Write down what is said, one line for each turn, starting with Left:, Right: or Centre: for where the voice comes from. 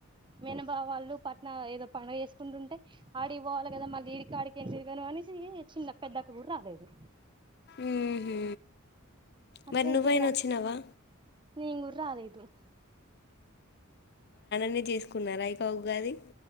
Right: మేనబావ వాళ్ళు పట్న ఏదో పండగ చేేసుకుంటుంటే ఆడికి పోవాలి కదా మళ్ళీ ఈడికాడికి ఎంతిరుగ ను అనేసి చిన్న పెద్దక్క కూడా రాలేదు.
Left: ఉమ్ హూ
Right: అట్లా
Left: మరి నువ్వైన
Right: ఇంటికి రాకు
Left: వచ్చినావా
Right: నేను కూడ రాలేదు.
Left: నే చేసుకున్నారా ఇక ఉగాది.